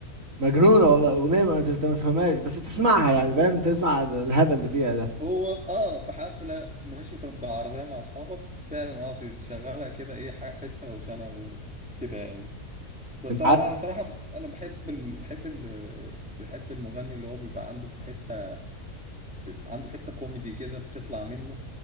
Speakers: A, on the right; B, in the centre.
A: مجنونة والله اغنية ما انت ما تفهمهاش بس تسمعها يعني فاهم تسمع ال- الهبل اللي فيها ده
B: هو في- آه في حفلة ماشي في بالعربية مع أصحابك فعلا آه تشغلها كده إيه ح- حتة روشنة وكده يعني بس
A: انت
B: انا
A: عارف
B: انا صراحه ب- انا بحب ال... بحب ال... بحب المغني اللي هو بيبقى عنده حته عنده حته كوميدي كده بتطلع منه